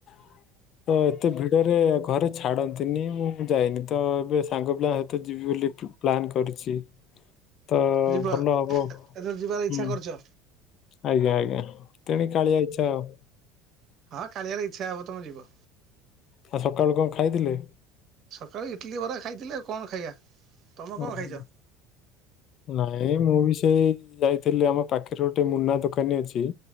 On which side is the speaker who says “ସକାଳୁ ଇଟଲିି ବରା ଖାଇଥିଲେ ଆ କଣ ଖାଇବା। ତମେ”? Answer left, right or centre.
Right